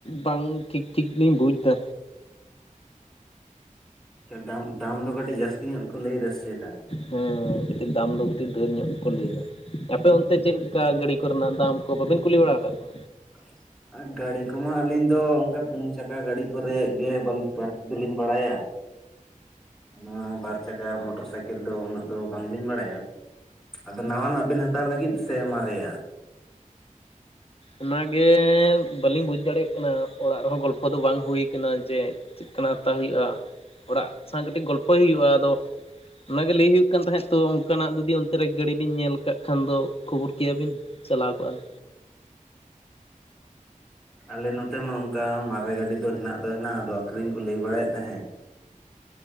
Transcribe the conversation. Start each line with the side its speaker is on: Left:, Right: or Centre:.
Left: ᱵᱟᱝ ᱴᱷᱤᱠ ᱴᱷᱤᱠᱞᱤᱧ ᱵᱩᱡᱫᱟ᱾
Centre: ᱟᱪᱪᱷᱟ ᱰᱟᱢ ᱫᱟᱢ ᱫᱚ ᱠᱟᱹᱴᱤᱡ ᱡᱟᱹᱥᱛᱤ ᱧᱚᱜ ᱠᱚ ᱞᱟᱹᱭ ᱮᱫᱟ ᱥᱮ ᱪᱮᱛᱟ?
Left: ᱦᱮᱸ ᱠᱟᱹᱴᱤᱡ ᱫᱟᱢ ᱫᱚ ᱠᱟᱹᱴᱤᱡ ᱰᱷᱮᱨ ᱧᱚᱜ ᱜᱮᱠᱚ ᱞᱟᱹᱭᱮᱫᱟ ᱟᱯᱮ ᱚᱱᱛᱮ ᱪᱮᱫ ᱞᱮᱠᱟ ᱜᱟᱹᱰᱤ? ᱠᱚᱨᱮ ᱨᱮᱱᱟᱜ ᱫᱟᱢ ᱠᱚ ᱵᱟᱵᱤᱱ ᱠᱩᱞᱤ ᱵᱟᱲᱟ ᱟᱠᱟᱫ ᱠᱚᱣᱟ?
Centre: <inaudible> ᱟᱨ ᱜᱟᱹᱲᱤ ᱠᱚᱢᱟ ᱟᱹᱞᱤᱧ ᱫᱚ ᱚᱱᱠᱟ ᱯᱩᱱ ᱪᱟᱠᱟ ᱜᱟᱹᱰᱤ ᱠᱚᱨᱮ ᱜᱮ ᱵᱟᱹᱲᱛᱤ ᱫᱚᱞᱤᱧ ᱵᱟᱲᱟᱭᱟ᱾ ᱚᱱᱟ ᱵᱟᱨ ᱪᱟᱠᱟ ᱢᱳᱴᱚᱨ ᱥᱟᱭᱠᱮᱞ ᱠᱮᱞ ᱫᱚ ᱩᱱᱟᱹᱜ ᱫᱚ ᱵᱟᱝᱞᱤᱧ ᱵᱟᱲᱟᱭᱟ ᱟᱫᱚ ᱱᱟᱣᱟᱱᱟᱜ ᱵᱮᱱ ᱦᱟᱛᱟᱣ ᱞᱟᱹᱜᱤᱫ ᱥᱮ ᱢᱟᱨᱮᱭᱟᱜ?
Left: ᱚᱱᱟᱜᱮ ᱵᱟᱹᱞᱤᱧ ᱫᱟᱲᱮᱭᱟᱜ ᱠᱟᱱᱟ ᱚᱲᱟᱜ ᱨᱮᱦᱚᱸ ᱜᱚᱞᱯᱷᱚ ᱫᱚ ᱵᱟᱝ ᱦᱩᱭ ᱡᱮ ᱪᱮᱫᱠᱟᱱᱟᱜ ᱦᱟᱛᱟᱣ ᱦᱩᱭᱩᱜᱼᱟ ᱚᱲᱟᱜ ᱥᱟᱶ ᱠᱟᱹᱴᱤᱡ ᱜᱚᱞᱯᱷᱚᱭ ᱦᱩᱭᱩᱜᱼᱟ ᱟᱫᱚ, ᱚᱱᱟᱜᱮ ᱞᱟᱹᱭ ᱦᱩᱭᱩᱜ ᱠᱟᱱ ᱛᱟᱦᱮᱸᱫ ᱛᱚ ᱚᱱᱠᱟᱱᱟᱜ ᱡᱩᱫᱤ ᱚᱱᱛᱮ ᱨᱮ ᱜᱟᱹᱰᱤ ᱵᱤᱱ ᱧᱮᱞ ᱠᱟᱜ ᱠᱷᱟᱱ ᱫᱚ ᱠᱷᱚᱵᱚᱨ ᱠᱮᱭᱟ ᱵᱤᱱ᱾ ᱪᱟᱞᱟᱣ ᱠᱚᱜᱼᱟ ᱞᱮ᱾
Centre: ᱟᱞᱮ ᱱᱚᱛᱮ ᱢᱟ ᱚᱱᱠᱟ ᱢᱟᱨᱮ ᱜᱟᱹᱰᱤ ᱫᱚ ᱦᱮᱱᱟᱜ ᱫᱚ ᱦᱮᱱᱟᱜᱼᱟ ᱟᱫᱚ ᱟᱹᱠᱷᱨᱤᱧ ᱠᱚ ᱞᱟᱹᱭ ᱵᱟᱲᱟᱭᱮᱫ ᱛᱟᱦᱮᱸᱫ᱾ ᱦ